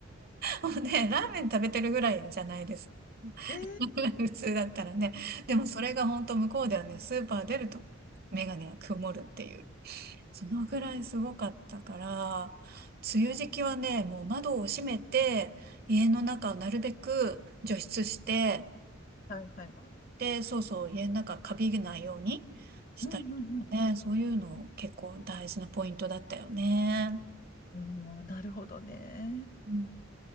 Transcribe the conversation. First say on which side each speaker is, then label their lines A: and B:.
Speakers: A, on the right (about 50°); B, on the left (about 45°).
A: もうね、ラーメン食べてるぐらいじゃないですか。
B: ー、えー、
A: <laughs> 普通だったらね。でもそれが本当向こうではね、スーパー出るとメガネが曇るっていう。そのぐらいすごかったから、梅雨時期はね、もう窓を閉めて、家の中をなるべく除湿して、
B: はいはい。
A: で、そうそう、家の中カビがないようにしたりとかね、
B: うんうんうん
A: そういうの結構大事なポイントだったよね。
B: うん。うん、なるほどね。
A: うん